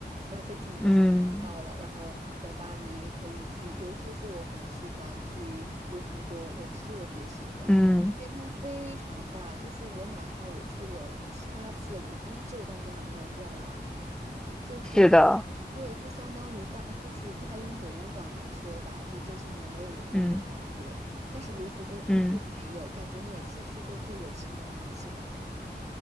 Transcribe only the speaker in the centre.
嗯
嗯，
是的，
嗯
嗯，